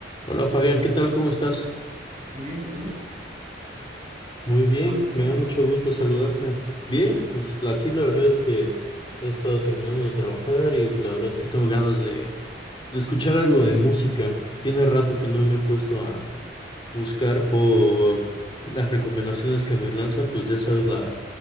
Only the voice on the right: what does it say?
Muy bien, ¿y tú?
¿Qué tal
va tu día?